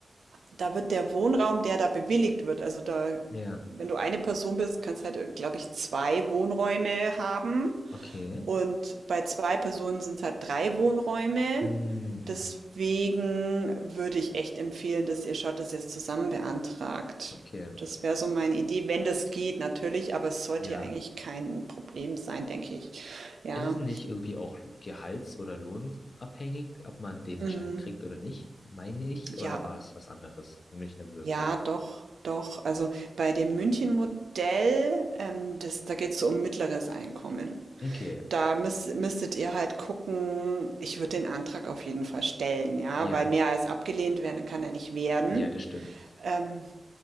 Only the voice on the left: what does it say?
Ja,
okay.
Mm,
Mhm.
Okay,
ja.
Ist es nicht irgendwie auch gehalts- oder lohnabhängig, ob man den
Schein kriegt oder nicht, meine ich,
oder war es was anderes? Nämlich eine Würfel.
Okay,
ja,
ja, das stimmt.